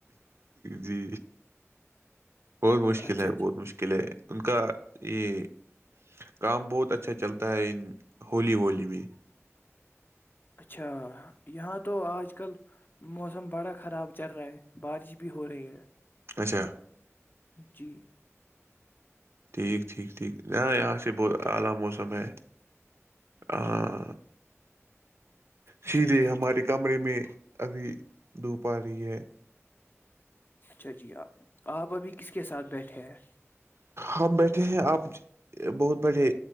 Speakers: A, on the right; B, on the left.
A: جی بہت مشکل
B: اچھا
A: ہے بہت
B: جی
A: مشکل ہے ان کا یہ کام بہت اچھا چلتا ہے ہولی ہولی میں
B: اچھا یہاں تو آج کل موسم بڑا خراب چل رہا ہے بارش بھی ہو رہی ہے
A: اچھا
B: جی
A: ٹھیک ٹھیک ٹھیک ن یہاں سے بہت اعلی موسم ہے ہاں سیدھے
B: اچھا جی
A: ہمارے کمرے میں ابھی دھوپ ا رہی ہے
B: اچھا جی آپ آپ ابھی کس کے ساتھ بیٹھے ہیں
A: ہم بیٹھے ہیں آپ بہت بڑے